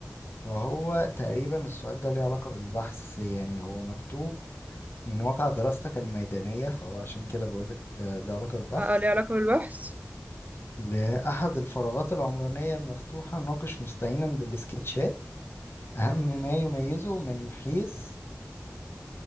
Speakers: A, on the left (about 50°); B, on the right (about 30°).
A: فهو تقريبا السؤال ده ليه علاقة بالبحث يعني هو مكتوب من واقع دراستك الميدانية فهو عشان كده بقول لك ليه علاقة بالبحث
B: اه آه، ليه علاقه بالبحث
A: لأحد الفراغات العمرانية المفتوحة ناقش مستعينا بالسكتشات أهم ما يميزه من حيث